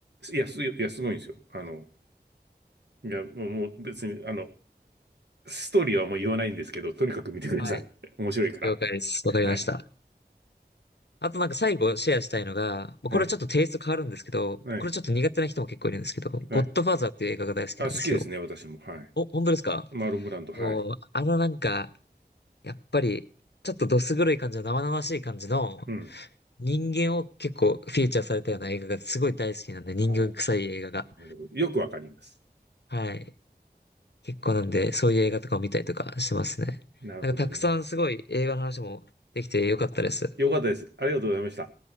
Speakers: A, on the right; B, on the left.
A: いや、す、いや、すごいんですよ。あの、いや、もう、もう別に、あの、ストーリーはもう言わないんですけど、とにかく見てください。
B: はい。
A: <laughs> 面白いから。
B: 了解です。わかりました。
A: はい。
B: あとなんか最後シェアしたいのが、まあこれはちょっとテイスト変わるんですけど、
A: はい。はい。
B: これちょっと苦手な人も結構いるんですけど、
A: はい。
B: ゴッドファーザーっていう映画が大好きなんですよ。
A: あ、好きですね、私も。はい。
B: お、本当ですか
A: マーロンブランド、はい。
B: もう、あのなんか、やっぱり、ちょっとどす黒い感じの生々しい感じの
A: うん。
B: 人間を結構フィーチャーされたような映画がすごい大好きなんで、人間臭い映画が。
A: あー、なるほど。よくわかります。
B: はい。結構なんで、そういう映画とかを見たりとかしてますね。
A: なるほどね。
B: なんかたくさんすごい映画の話もできてよかったです。
A: よかったです。ありがとうございました。